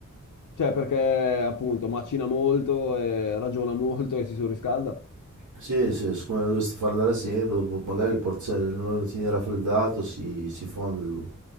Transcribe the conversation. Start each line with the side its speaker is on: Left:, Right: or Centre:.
Left: cioè perché appunto macina molto e ragiona molto e si surriscalda.
Right: Sì, sì, siccome lo dovresti far andare sempre, dopo magari il port- se non lo tieni raffreddato si, si fonde dopo.